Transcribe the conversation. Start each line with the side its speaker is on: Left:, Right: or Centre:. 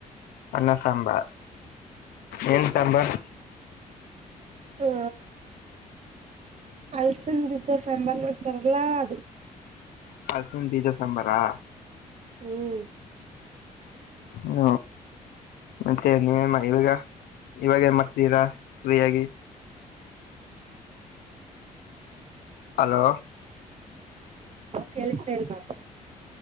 Left: ಅನ್ನ ಸಾಂಬಾರ್ ಏನ್ ಸಾಂಬಾರ್
Right: ಆ ಹಲ್ಸನ್ ಬೀಜ ಸಾಂಬಾರ್ ಮಾಡ್ತಾರಲ್ಲ ಅದು
Left: ಹಲ್ಸನ್ ಬೀಜ ಸಾಂಬಾರ್ ಆ
Right: ಹ್ಮ್
Left: ಹ್ಮ ಮತ್ತೆ ನೀವ ಇವಾಗ ಇವಾಗ ಏನ್ ಮಾಡತ್ತಿದಿರ ಫ್ರೀಯಾಗಿ ಹಲೋ
Right: ಕೇಳಿಸ್ತಯಿಲ್ವಾ